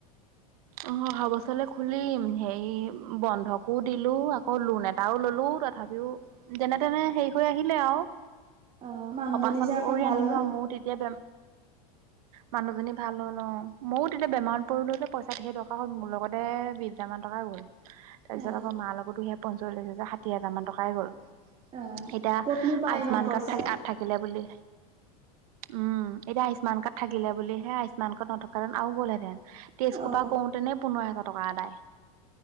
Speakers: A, on the right; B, on the right.
A: অ' অহা বছৰলৈ খুলিম হেৰি বন্ধকো দিলো আকৌ লোন এটাও ললো তা তথাপিও যেনে তেনে হে হৈ আহিলে আৰু।
B: অ মানুহজনী
A: অপাৰেচন
B: যে আকৌ
A: কৰি
B: ভাল
A: আনিলো
B: হ'ল
A: আৰু মইও তেতিয়া বে মানুহজনী ভাল হ'ল অ' মইও তেতিয়া বেমাৰত পৰিলো যে। পইচা ধেই দৰকা হ'ল, মোৰ লগতে বিশ হাজাৰ মান টকাই গ'ল। তাৰ পিছত
B: অ
A: আকৌ মাৰ লগতো সে পঞ্চলিছ হাজাৰ ষাঠি হাজাৰ মান টকাই গ'ল।
B: অ
A: এতিয়া
B: ক'তনো পায়
A: আয়ুস্মান
B: ইমান পইচা
A: কাৰ্ড থাক থাকিলে বুলি। উম এতি আয়ু্মান কাৰ্ড থাকিলে বুলিহে, আয়ুস্মান কাৰ্ড নথকা হ'লে আৰু গ'লহেতেন। টেষ্ট খোপা
B: অ
A: কৰোতেনে পোন্ধৰ হাজাৰ টকা আদায়।